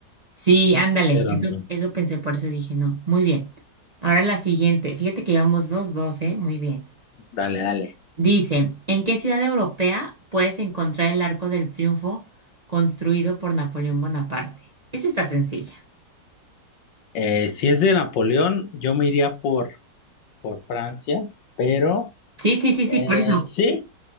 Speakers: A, on the right; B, on the left.
A: Sí, ándale,
B: pero
A: eso,
B: no.
A: eso pensé, por eso dije no. Muy bien. Ahora la siguiente. Fíjate que llevamos dos, dos, ¿eh? Muy bien.
B: Dale, dale.
A: Dice, ¿en qué ciudad europea puedes encontrar el Arco del Triunfo construido por Napoleón Bonaparte? Esa está sencilla.
B: Eh, si es de Napoleón, yo me iría por, por Francia, pero
A: Sí, sí, sí,
B: eh,
A: sí, por eso.
B: sí.